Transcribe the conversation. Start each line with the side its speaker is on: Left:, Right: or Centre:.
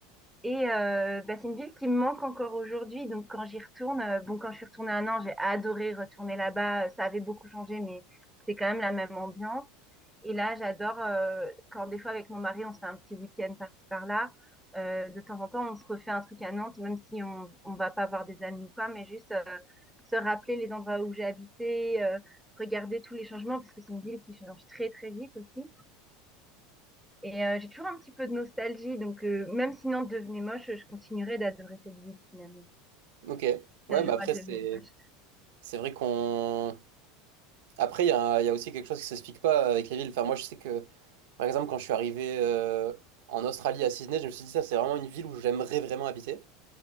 Centre: Et euh, bah, c'est une ville qui me manque encore aujourd'hui. Donc quand j'y retourne, euh, bon quand je suis retournée à Nantes, j'ai adoré retourner là-bas. Euh, Ça avait beaucoup changé, mais c'est quand même la même ambiance. Et là, j'adore euh, quand des fois avec mon mari, on se fait un petit week-end par-ci par-là. Euh, de temps en temps, on se refait un truc à Nantes, même si on on va pas voir des amis ou quoi, mais juste euh, se rappeler les endroits où j'ai habité, euh, regarder tous les changements parce que c'est une ville qui change très très vite aussi. Et euh, j'ai toujours un petit peu de nostalgie, donc euh, même si Nantes devenait moche, je continuerai d'adorer cette ville finalement.
Right: Ok. Ouais,
Centre: Si un
Right: mais
Centre: jour
Right: après,
Centre: elle devenait
Right: c'est
Centre: moche.
Right: c'est vrai qu'on Après, il y a, un- il y a aussi quelque chose qui s'explique pas avec les villes. Enfin, moi, je sais que, par exemple, quand je suis arrivé euh, en Australie à Sydney, je me suis dit, ça, c'est vraiment une ville où j'aimerais vraiment habiter.